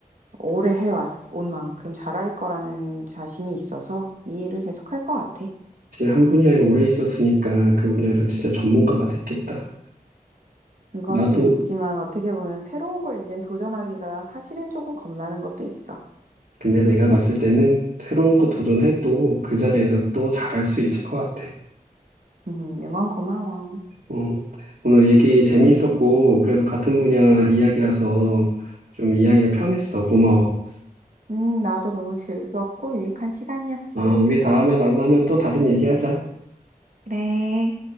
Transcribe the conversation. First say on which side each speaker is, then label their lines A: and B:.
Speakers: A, on the right; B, on the right.
A: 오래 해왔, 온 만큼 잘할 거라는 자신이 있어서 이 일을 계속할 것 같아.
B: 제가 한 분야에 오래 있었으니까 그 분야에서 진짜 전문가가 됐겠다.
A: 그것도
B: 나도
A: 있지만 어떻게 보면 새로운 걸 이젠 도전하기가 사실은 조금 겁나는 것도 있어.
B: 근데 내가 봤을 때는 새로운 거 도전해도 그 자리에서 또 잘할 수 있을 것 같아.
A: 음, 응원 고마워.
B: 음, 오늘 얘기 재미있었고 그래도 같은 분야 이야기라서 좀 이야기가 편했어. 고마워.
A: 음, 나도 너무 즐거웠고 유익한 시간이었어.
B: 어, 우리 다음에 만나면 또 다른 얘기하자.
A: 그래.